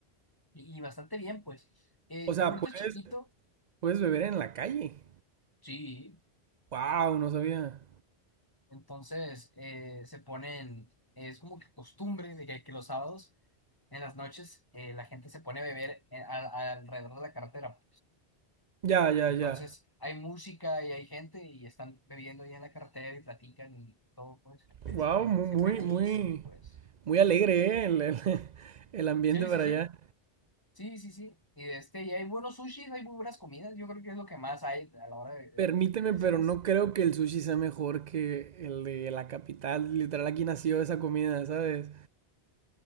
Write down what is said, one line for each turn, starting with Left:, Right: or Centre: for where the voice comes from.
Left: y, y bastante bien pues, eh,
Right: O sea,
Left: Mocorito
Right: puedes,
Left: es chiquito,
Right: puedes beber en la calle.
Left: sí.
Right: Wow, no sabía.
Left: Entonces eh, se ponen, eh, es como que costumbre de que, que los sábados en las noches eh, la gente se pone a beber eh, al- alrededor de la carretera.
Right: Ya, ya,
Left: Entonces
Right: ya.
Left: hay música y hay gente y están bebiendo ahí en la carretera y platican y todo, pues, este,
Right: Wow, muy,
Left: siempre
Right: muy,
Left: hay bullicio,
Right: muy,
Left: pues.
Right: muy alegre, ¿eh? El, el- <laughs> el ambiente
Left: Sí,
Right: para
Left: sí, sí,
Right: allá.
Left: sí, sí, sí. Y, este, y hay buenos sushis, hay muy buenas comidas, yo creo que es lo que más hay a la hora de,
Right: Permíteme,
Left: de
Right: pero
Left: cenas.
Right: no creo que el sushi sea mejor que el de la capital. Literal, aquí nació esa comida, ¿sabes?